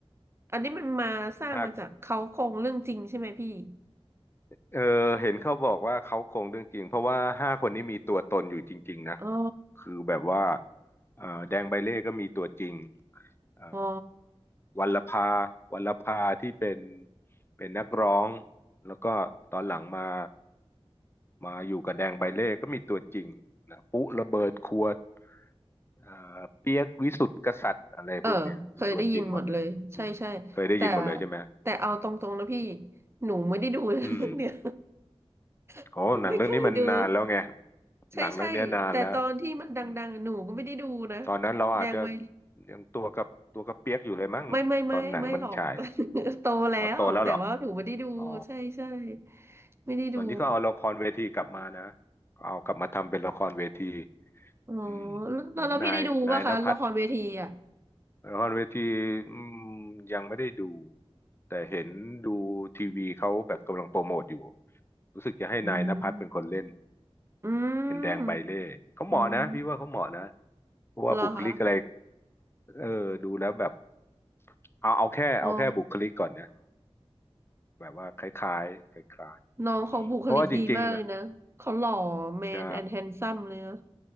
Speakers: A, on the right; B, on the left.
A: อันนี้มันมาสร้างมาจากเขาโครงเรื่องจริงใช่ไหมพี่
B: หากเออเห็นเขาบอกว่าเขาคงเรื่องจริงเพราะว่าห้าคนนี้มีตัวตนอยู่จริงๆ นะ
A: อ๋อ
B: คือแบบว่าเออแดงใบเล่ก็มีตัวจริง เอ่อ
A: อ๋อ
B: วัลลภาวัลลภาที่เป็นเป็นนักร้องแล้วก็ตอนหลังมามาอยู่กับแดงใบเล่ก็มีตัวจริงนะปุ๊ระเบิดขวดเอ่อเปียกวิสุทธิ์กษัตริย์อะไรพวกเนี้ยมีตัวจริงหมดเลยอืมเคยได้ยินหมดเลยใช่ไหม
A: เออเคยได้ยินหมดเลย ใช่ใช่แต่แต่เอาตรงๆนะพี่หนูไม่ได้ดูเรื่องเนี่ย
B: อืม
A: <laughs>
B: โอ้หนังเรื่องนี้มันนานแล้วไง
A: หนูไม่เคยดู ใช่ใช่แต่ตอนที่มันดังๆหนูก็ไม่ได้ดูนะ
B: หนังเรื่องเนี้ยนานแล้วอืมตอนนั้นเราอาจจะ
A: แดงไหม
B: ยังตัวกับตัวกับเปียกอยู่เลยมั้งตอนหนังมันฉาย
A: ไม่ไม่ไม่ไม่หรอก <laughs> โตแล้วแต่ว่าหนูไม่ได้ดู
B: อ๋อโตแล้วเหรออ๋อ
A: ใช่ใช่ไม่ได้ดู
B: ตอนนี้ก็เอาละครเวทีกลับมานะเอากลับมาทำเป็นละครเวที
A: อ๋อ
B: อืมเหมือนนายนายณภัทร
A: แล้วแล้วแล้วพี่ได้ดูป่ะคะละครเวทีอ่ะ
B: ละครเวทีอืมยังไม่ได้ดูแต่เห็นดูทีวีเขาแบบกำลังโปรโมทอยู่รู้สึกจะให้นายณภัทรเป็นคนเล่น
A: อืม อืม
B: เป็นแดงใบเล่เขาเหมาะนะพี่ว่าเขาเหมาะนะ
A: อืม
B: เพราะว่าบุคลิกอะไร
A: เหรอคะ
B: เออดูแล้วแบบเอาเอาแค่เอาแค่บุคลิกก่อนนะ
A: อ๋อ
B: แบบว่าคล้ายๆคล้าย
A: น้องเขาบุคลิกดีมากเลยนะ
B: ๆเพราะว่าจริงๆอ่ะ
A: เขาหล่อแมนแอนด์แฮนซัมเลยนะ
B: ใช่